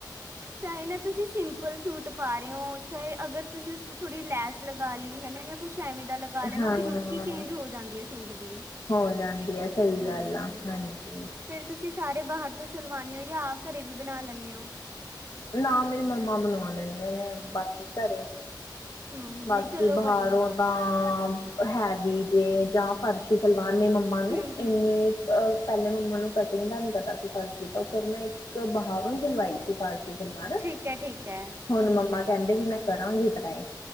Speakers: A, on the right; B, on the left.
A: ਚਾਹੇ ਨਾ ਤੁਸੀਂ ਸਿੰਪਲ ਸੂਟ ਪਾ ਰਹੇ ਹੋ ਚਾਹੇ ਅਗਰ ਤੁਸੀਂ ਉਸ ਤੇ ਥੋੜੀ ਲੈਸ ਲਗਾ ਲਈ ਹਨਾਂ ਜਾਂ ਕੁਛ ਕੁੱਝ ਐਵੇਂ ਦਾ ਲਗਾ ਲੈਣਾ
B: ਹਾਂ
A: ਉਹਦੀ ਲੁੱਕ ਹੀ ਚੇਂਜ ਹੋ ਜਾਂਦੀ ਹੈ ਸੂਟ ਦੀ,
B: ਹੋ ਜਾਂਦੀ
A: ਹਮ
B: ਆ ਸਹੀ ਗੱਲ
A: ਹਮ
B: ਆ ਹਾਂਜੀ
A: ਫੇਰ ਤੁਸੀਂ ਸਾਰੇ ਬਾਹਰ ਤੋਂ ਸਿਲਵਾਨੇ ਹੋ ਜਾਂ ਆ ਘਰੇ ਵੀ ਬਣਾ ਲੈਂਨੇ ਓ?
B: ਨਾ ਮੇਰੀ ਮੰਮਾ ਬਨੋਂ ਦਿੰਦੇ ਨੇ ਬਾਕੀ ਘਰੇ
A: ਹੂੰ,
B: ਬਾਕੀ
A: ਨਹੀਂ ਚਲੋ
B: ਬਾਹਰੋਂ
A: ਵਧੀਆ
B: ਤਾਂ ਹੈਵੀ ਜੇ ਜਾਂ ਫਰਸ਼ੀ ਸਲਵਾਰ ਮੇਰੀ ਮੰਮਾ ਨੂੰ
A: ਹੂੰ-ਹੂੰ।
B: ਇੰਨੀ ਅ ਪਹਿਲੇ ਮੰਮਾ ਨੂੰ ਕਟਿੰਗ ਦਾ ਨੀ ਪਤਾ ਸੀ ਫਰਸ਼ੀ ਤਾਂ ਉਹ ਫਿਰ ਮੈਂ ਇੱਕ ਬਾਹਰੋਂ ਸਿਲਵਾਈ ਸੀ। ਫਰਸ਼ੀ ਸਲਵਾਰ
A: ਠੀਕ ਹੈ ਠੀਕ ਹੈ
B: ਹੁਣ ਮੰਮਾ ਕਹਿੰਦੇ ਵੀ ਮੈਂ ਕਰਾਂਗੀ ਟਰਾਏ